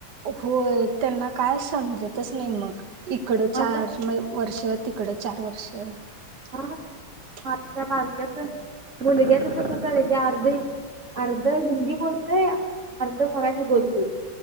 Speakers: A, on the right; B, on the right.
A: होय त्यांना काय समजतच नाही मग. इकडं चार
B: मग त्या
A: म वर्ष तिकडं चार वर्ष <inaudible>
B: मग <unintelligible> अर्ध हिंदी बोलतोय अर्ध मराठी बोलतोय.